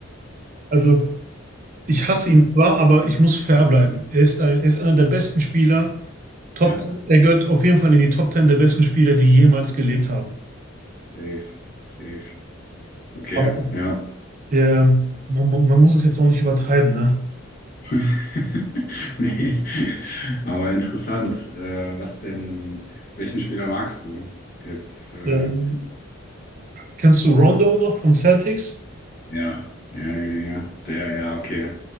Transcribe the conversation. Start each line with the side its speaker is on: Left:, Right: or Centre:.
Right: Also, ich hasse ihn zwar, aber ich muss fair bleiben. Er ist ein, er ist einer der besten Spieler. Top
Left: Ja,
Right: er gehört auf jeden Fall in die Top 10 der besten Spieler, die jemals gelebt haben.
Left: safe, safe. Okay,
Right: Aber
Left: ja.
Right: äh, man, man muss es jetzt auch nicht übertreiben, ne?
Left: <laughs> Nee. Aber interessant. Äh, was denn, welchen Spieler magst du? Jetzt, äh,
Right: Ähm, kennst du Rondo noch von Celtics?
Left: ja, ja, ja, ja. ja. Der, ja, okay.